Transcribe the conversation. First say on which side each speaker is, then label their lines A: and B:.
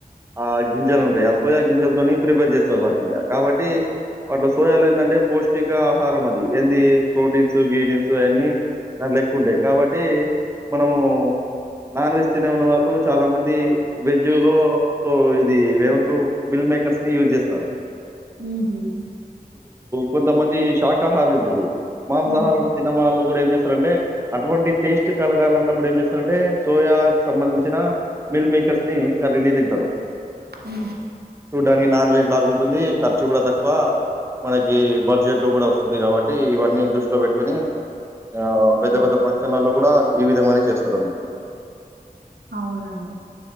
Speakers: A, on the right (about 15°); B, on the right (about 85°).
A: ఆ గింజలు ఉంటాయి ఆ సోయా గింజలతోని ప్రిపేర్ చేస్తారు వాటిని కాబట్టి వాటిలో సోయాలు ఏంటంటే పౌష్టికా ఆహారం అది ఏంది ప్రోటీన్స్ గ్రీడియన్స్ అన్నీ దాట్లో ఎక్కువ ఉంటాయి కాబట్టి మనము నాన్ వెజ్ తినేని వాళ్ళు చాలా మంది వెజ్ లో సో ఇది ఏమ మిల్ మేకర్స్నే యూజ్ చేస్తారు సారు
B: ఊహూ
A: కొంతమంది శాకాహారులు ఉంటారు మాంసాహారం
B: ఉమ్,
A: తినని వాలు ఏం చేస్తారంటే అటువంటి టేస్ట్ కలగాలన్నప్పుడు ఏం చేస్తారు అంటే సోయా సంబంధించిన మిల్ మేకర్స్ ని కర్రీని తింటారు
B: ఊ
A: చూడడానికి నాన్ వెజ్ లాగా ఉంటుంది ఖర్చు కూడా తక్కువ మనకి బడ్జెట్లో కూడా వస్తుంది కాబట్టి ఇవన్నీ దృష్టిలో పెట్టుకొని ఆ
B: ఉమ్.
A: పెద్ద పెద్ద ఫంక్షన్లలో కూడా ఈ విధముగా నే చేస్త అన్నట్టు
B: అవునండి